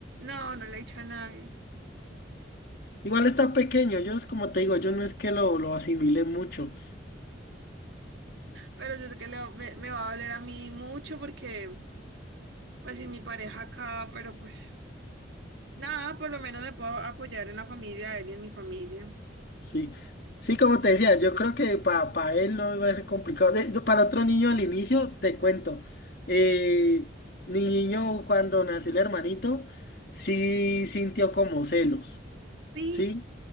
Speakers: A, on the right (about 75°); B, on the left (about 55°).
A: No, no le he dicho a nadie.
B: igual está pequeño, ellos como te digo, yo no es que lo, lo asimile mucho.
A: Pero yo sé que le- me, me va a doler a mí mucho porque, pues, sin mi pareja acá, pero pues, nada, por lo menos me puedo apoyar en la familia de él y en mi familia.
B: Sí, sí, como te decía, yo creo que para él no va a ser complicado. De- yo- para otro niño al inicio, te cuento, eh, mi niño cuando nació el hermanito, sí sintió como celos,
A: Sí,
B: ¿sí?